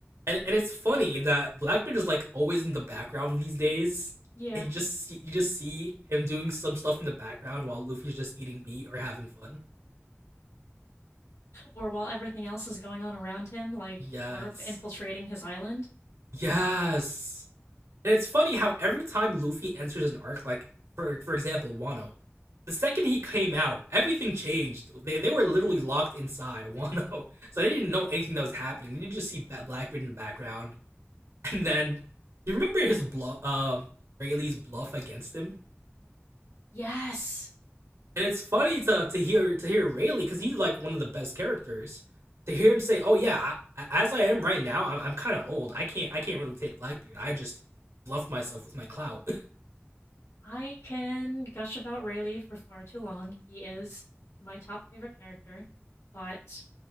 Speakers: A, on the right; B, on the left.
A: and and it's funny that Blackbeard is like always in the background these days.
B: Yeah.
A: And you just see, you just see him doing some stuff in the background while Luffy's just eating meat or having fun.
B: Or while everything else is going on around him, like
A: Yes,
B: Garp infiltrating his island.
A: yes. And it's funny how every time Luffy enters an arc, like for for example, Wano, the second he came out, everything changed. They they were literally locked inside <laughs> Wano, so they didn't know anything that was happening. They didn't just see Blackbeard in the background, <laughs> and then you remember his bluff, uh, Rayleigh's bluff against him.
B: Yes.
A: And it's funny
B: Ugh.
A: to to hear to hear Rayleigh because he's like one of the best characters. To hear him say, "Oh yeah, I, as I am right now, I'm, I'm kind of old. I can't I can't really take Blackbeard. I just bluffed myself with my clout."
B: I can gush about Rayleigh for far too long. He is my top favorite character, but